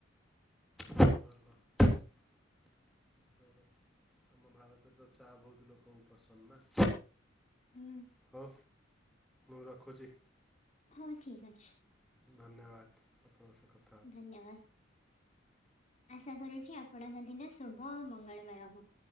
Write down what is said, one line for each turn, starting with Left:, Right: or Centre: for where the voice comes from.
Centre: ଭଲ। ରେ ଆମ ଭାରତରେ ତ ଚା ବହୁତ ଲୋକଙ୍କୁ ପସନ୍ଦ ନା।
Left: ହୁଁ।
Centre: ହଉ ମୁଁ ରଖୁଛି।
Left: ହଉ ଠିକ୍ ଅଛି।
Centre: ଧନ୍ୟବାଦ ଆପଣଙ୍କ ସହ କ
Left: ଧନ୍ୟବାଦ। ଆଶା କରୁଛି ଆପଣଙ୍କ ଦିନ ଶୁଭ ଆଉ ମଙ୍ଗଳମୟ ହଉ।